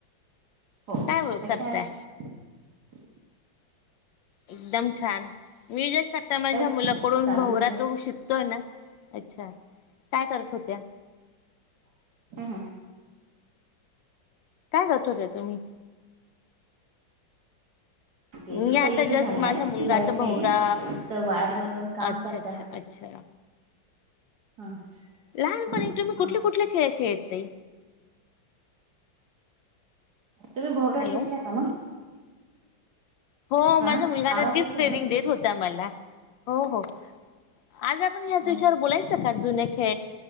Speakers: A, on the right; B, on the left.
A: हो
B: काय
A: कशा
B: करताय
A: आहात <unintelligible>
B: एकदम छान मी जस्ट आता माझ्या
A: बस
B: मुलाकडून
A: चालू
B: भवरा
A: आहे.
B: तो शिकतोय ना अच्छा काय करत होत त्या
A: हम् हम
B: काय करत होते तुम्ही
A: गेलीचा
B: मी आता
A: इशू
B: जस्ट
A: झालाय
B: माझा मुलगा
A: लाईट
B: आता भवरा
A: नाहीे तर वायर म येऊन काम
B: अच्छा
A: करता
B: अच्छा अच्छा
A: हा
B: लहानपणी
A: हा
B: एक तुम्ही कुठले
A: हा
B: कुठले खेळ खेळत
A: तुम्ही भोवरा
B: हॅलो
A: शिकलाय का मग
B: हो
A: हा
B: माझा मुलगाला
A: आवाज
B: तीच
A: येतोय
B: ट्रेनिंग
A: ना?
B: देत होता मला हो हो आज आपण ह्याच
A: हो
B: विषया बोलायच सक जुने खे